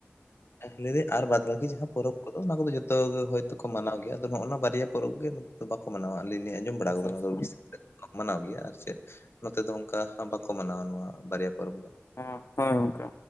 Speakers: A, on the left; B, on the left.
A: ᱞᱟᱹᱭ ᱮᱫᱟᱧ ᱟᱨ ᱵᱟᱫᱽ ᱵᱟᱹᱠᱤ ᱡᱟᱦᱟᱸ ᱯᱚᱨᱚᱵᱽ ᱠᱚᱫᱚ ᱚᱱᱟ ᱠᱚᱫᱚ ᱡᱚᱛᱚ ᱜᱮ ᱦᱚᱭᱛᱳᱠᱚ ᱢᱟᱱᱟᱣ ᱜᱮᱭᱟ ᱟᱫᱚ ᱱᱚᱜᱼᱚᱭ ᱱᱚᱣᱟ ᱵᱟᱨᱭᱟ ᱯᱚᱨᱚᱵᱽ ᱜᱮ, ᱫᱚ ᱵᱟᱠᱚ ᱢᱟᱱᱟᱣᱟ ᱟᱹᱞᱤᱧ ᱞᱤᱧ ᱟᱸᱡᱚᱢ ᱵᱟᱲᱟ
B: ᱟᱪᱪᱷᱟ
A: ᱟᱠᱟᱫᱟ ᱱᱚᱣᱟ
B: ᱟᱪᱪᱷᱟ
A: ᱫᱚ ᱩᱲᱤᱥᱟ ᱥᱮᱫ ᱢᱟᱱᱟᱣ ᱜᱮᱭᱟ ᱟᱨ ᱪᱮᱫ ᱱᱚᱛᱮ ᱫᱚ ᱚᱱᱠᱟ ᱵᱟᱠᱚ ᱢᱟᱱᱟᱣᱟ ᱱᱚᱣᱟ ᱵᱟᱨᱭᱟ ᱯᱚᱨᱚᱵᱽ ᱫᱚ᱾
B: ᱦᱮᱸ ᱦᱮᱸ ᱜᱚᱝᱠᱮ᱾